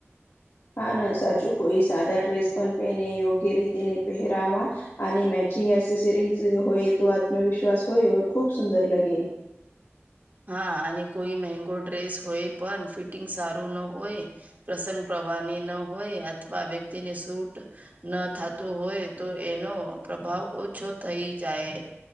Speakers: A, on the left; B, on the right.
A: હા ના સાચું કોઈ સાદા ડ્રેસ પણ પહેને યોગ્ય રીતે નને પહેરાવા. અને મેચિંગ એસેસરીઝ હોય તો આત્મવિશ્વાસ હોય ખૂબ સુંદર લગે.
B: હા અને કોઈ મંગો ડ્રેસ હોય પણ ફિટિંગ સારું ન હોય. પ્રસંગ પ્રવાની ન હોય અથવા વ્યક્તિને સૂટ. ન થાતો હોય તો એનો પ્રભાવ ઓછો થઈ જાય.